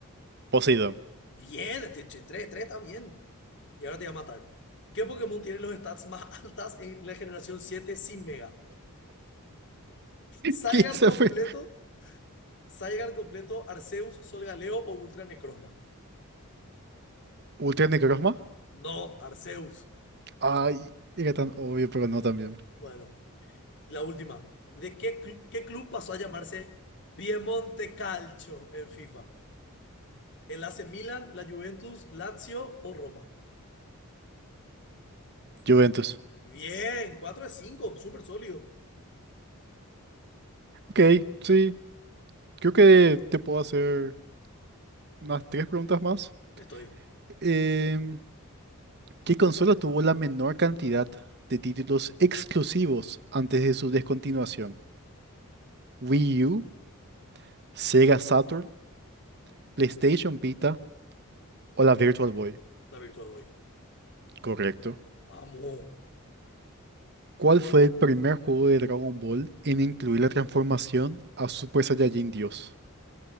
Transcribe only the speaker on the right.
Poseidón.
¿Qué <laughs> se
fue?
¿Ultra Necrozma?
Ay, era tan obvio, pero no también.
Juventus.
Ok, sí. Creo que te puedo hacer unas tres preguntas más.
Em, ¿qué consola tuvo la menor cantidad de títulos exclusivos antes de su descontinuación? Wii U, Sega Saturn, PlayStation Vita o la Virtual Boy,
correcto.
¿Cuál fue el primer juego de Dragon Ball en incluir la transformación a Super Saiyajin Dios?